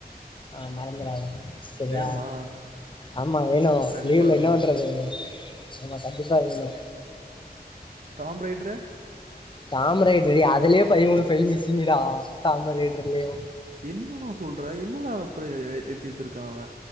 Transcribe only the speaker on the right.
வேணுமா
கண்டிப்பா
வேணுமா
டாம் ரைட்ரு
என்னடா சொல்ற என்னடா அப்புறோ ஏத்தி வெச்சிருக்கா அவ